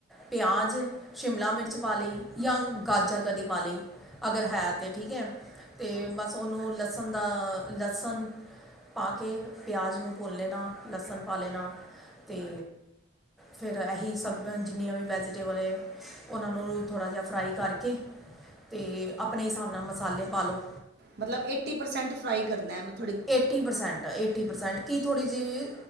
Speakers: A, in the centre; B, on the right (about 55°).
A: ਪਿਆਜ਼, ਸ਼ਿਮਲਾ ਮਿਰਚ ਪਾ ਲਈ ਜਾਂ ਗਾਜਰ ਕਦੀ ਪਾ ਲਈ, ਅਗਰ ਹੈ ਤੇ ਠੀਕ ਹੈ, ਤੇ ਬਸ ਉਹਨੂੰ ਲਸਣ ਦਾ ਲਸਣ ਪਾਕੇ ਪਿਆਜ਼ ਨੂੰ ਭੁੰਨ ਲੈਣਾ, ਲਸਣ ਪਾ ਲੈਣਾ ਤੇ ਫੇਰ ਐਹੀ ਸਬ ਜਿੰਨੀਆਂ ਵੀ ਵੈਜੀਟੇਬਲ ਏ ਉਹਨਾਂ ਨੂੰ ਥੋੜ੍ਹਾ ਜਿਹਾ ਫਰਾਈ ਕਰਕੇ, ਤੇ ਆਪਣੇ ਹਿਸਾਬ ਨਾਲ ਮਸਾਲੇ ਪਾ ਲਉ।
B: ਮਤਲਬ ਏਟੀ ਪਰਸੈਂਟ ਫਰਾਈ ਕਰਨਾ ਮਤਲ
A: ਏਟੀ ਪ੍ਰਸੈਂਟ, ਏਟੀ ਪ੍ਰਸੈਂਟ ਕੀ ਥੋੜ੍ਹੀ ਜਿਹੀ